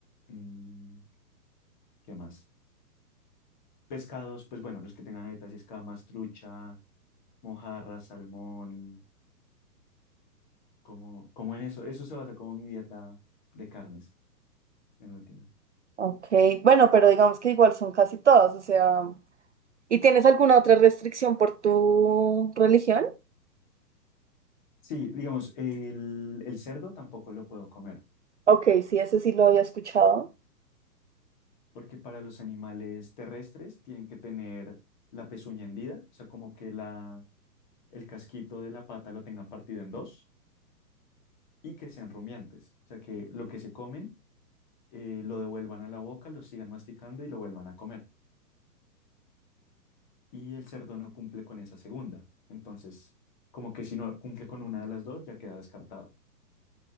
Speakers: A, on the left (about 30°); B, on the right (about 45°).
A: mm, ¿qué más? Pescados, pues bueno, los que tengan aletas y escamas, trucha, mojarra, salmón, como, como en eso. Eso se basa como mi dieta de carnes, en última.
B: Ok, bueno, pero digamos que igual son casi todos, o sea. ¿Y tienes alguna otra restricción por tu religión?
A: Sí, digamos, el, el cerdo tampoco lo puedo comer,
B: Ok, sí, ese sí lo había escuchado.
A: porque para los animales terrestres tienen que tener la pezuña hendida, o sea, como que la, el casquito de la pata lo tengan partido en dos y que sean rumiantes, o sea, que lo que se comen eh, lo devuelvan a la boca, lo sigan masticando y lo vuelvan a comer. Y el cerdo no cumple con esa segunda, entonces, como que si no cumple con una de las dos, ya queda descartado.